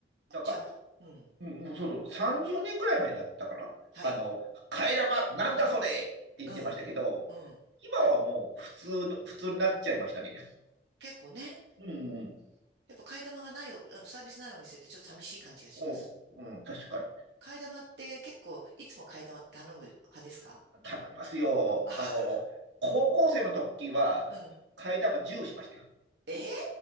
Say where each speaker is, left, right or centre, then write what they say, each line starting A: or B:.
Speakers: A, on the right; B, on the right.
A: なんか、
B: じゃあもう、うん、
A: うん、もうそうそう、30年ぐらい前だったかな。
B: はい、
A: あの、替え玉、なんだそれって言ってましたけど、
B: うん、うん、
A: 今はもう普通の、普通になっちゃいましたね。
B: 結構ね、
A: うん、
B: やっぱ替え玉がないお、あの、サービスないお店ってちょっと寂しい感じがします。
A: うん、うん、確かに。
B: 替え玉って結構、いつも替え玉頼む派ですか
A: 頼みますよ。
B: あ、
A: あの、高校生の時は、
B: うん。
A: 替え玉10しましたよ。
B: え